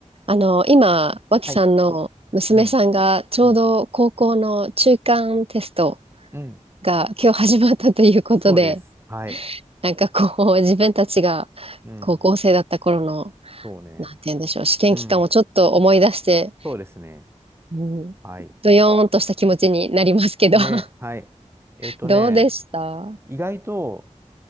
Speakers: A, on the right; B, on the right.
A: あの、今、脇さんの娘さんがちょうど高校の中間テスト
B: はい。うん。うん。うん。
A: が今日始まったということで、
B: そうです。はい。
A: <laughs> なんかこう、自分たちが
B: うん。
A: 高校生だった頃の、
B: そうね。
A: なんて言うんでしょう、試験期間をちょっと思い出して、
B: うん。そうですね。
A: うん、
B: はい。
A: どよーんとした気持ちになりますけど、
B: ね。
A: <laughs>
B: はい。えっとね、
A: どうでした
B: 意外と